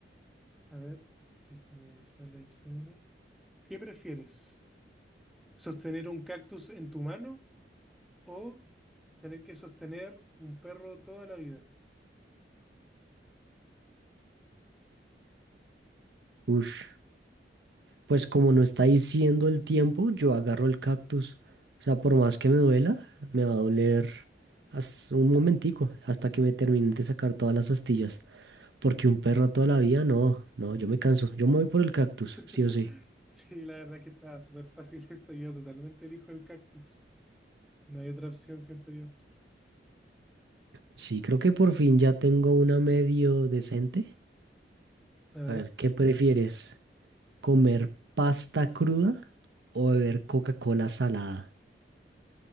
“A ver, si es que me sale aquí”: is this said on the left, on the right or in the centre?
Centre